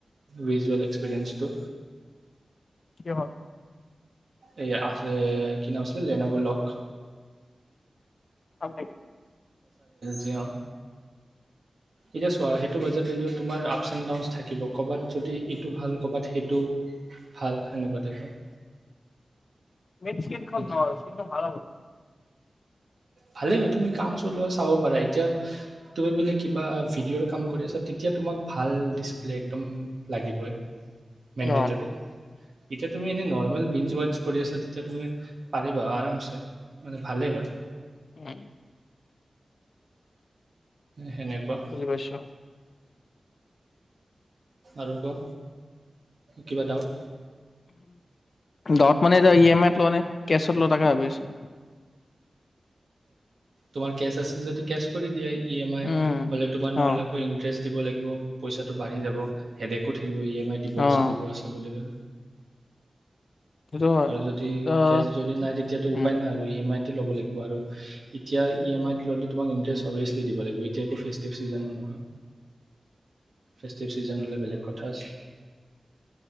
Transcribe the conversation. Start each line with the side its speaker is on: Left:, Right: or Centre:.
Right: ভিজুৱেল এক্সপেৰিয়েঞ্চটো
Left: কি হল
Right: এইয়া আছে কি নাম আছিলে লেনব লগ
Left: অ
Right: তেওঁ এতিয়া চোৱা সেইটো বাজেট ৰেঞ্জত তোমাৰ আপছ এণ্ড ডাউনছ থাকিব ক'ৰবাত যদি এইটো ভাল ক'বাত সেইটো ভাল সেনেকুৱা টাইপৰ
Left: মেইন স্কিনখন
Right: সেইটো
Left: ন স্কিনখন ভাল হ'ব
Right: ভালে হয় তুমি কাম চলোৱা চাব পাৰা এতিয়া তুমি বোলে কিবা ভিডিঅ'ৰ কাম কৰি আছা তেতিয়া তোমাক ভাল ডিচপ্লে একদম লাগিবই মণ্ডেটৰী
Left: অ',
Right: এতিয়া তুমি এনে নৰ্মেল <unintelligible> কৰি আছা তেতিয়া তুমি পাৰিবা আৰামছে মানে ভালে হয়
Left: উম
Right: সেনেকুৱা
Left: বুজি পাইছো।
Right: আৰু ক কিবা দাউট
Left: দত মানে এইটো ই এম আইত লোৱা নে কেচত ল তাকে ভাবি আছো <inaudible>
Right: তোমাৰ কেচ আছে যদি কেচ কৰি দিয়াই ই এম আই
Left: উম।
Right: হ'লে তোমাৰ নহ'লে
Left: অ',
Right: আকৌ ইন্টাৰেষ্ট দিব লাগিব পইচাটো বাঢ়ি যাব হেদেকো ঠিক থাকিব ই এম আই দিব
Left: অ',
Right: আছে দিব আছে বুলি কৈ
Left: সেইটো হয়।
Right: আৰু যদি
Left: ত'
Right: কেছ যদি নাই তেতিয়াতো উপায়
Left: উম।
Right: নাই আৰু ই এম আই টো লব লাগিব আৰু এতিয়া ই এম আই ললে তোমাক ইটাৰেষ্ট অভিয়াচলি দিব লাগিব এতিয়া একো ফেচটিভ চিজন নহয় ফেষ্টিভ ছিজন হলে বেলেগ কথা আছিল